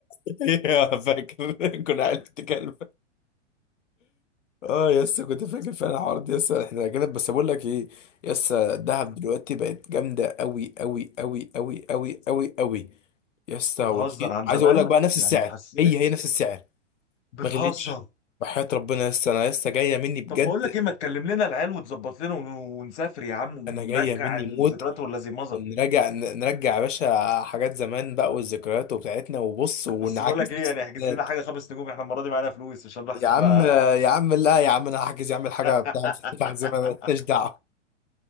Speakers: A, on the left; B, on the left.
A: <laughs> فاكر كنا عيال بتتكلم اه يسا كنت فاكر فعلا الحوار ده يسا احنا جامد بس بقول لك ايه يسا الدهب دلوقتي بقت جامده قوي قوي قوي قوي قوي قوي قوي يا اسطى
B: بتهزر
A: ورخيص
B: عن
A: عايز
B: زمان
A: اقول لك بقى نفس
B: يعني
A: السعر
B: اتحسنت
A: هي هي نفس السعر
B: بتهزر
A: ما غلتش وحياة ربنا يا اسطى انا لسه جايه مني بجد
B: طب بقول لك ايه ما تكلم لنا العيال وتظبط لنا ون- ونسافر يا عم ونرجع
A: انا جايه مني
B: الذكريات
A: موت
B: ولا زي مضى
A: ونرجع ن- نرجع يا باشا حاجات زمان بقى والذكريات وبتاعتنا وبص ونعاكس
B: بس بقول لك ايه
A: نفس
B: يعني احجز
A: الذكريات
B: لنا حاجه خمس نجوم احنا المره دي معانا فلوس عشان نروح
A: يا
B: سفلقه
A: عم
B: ها؟
A: يا عم لا يا عم انا هحجز يا عم
B: <laughs>
A: الحاجه بتاعت بتاعت <laughs> زمان ماليش دعوه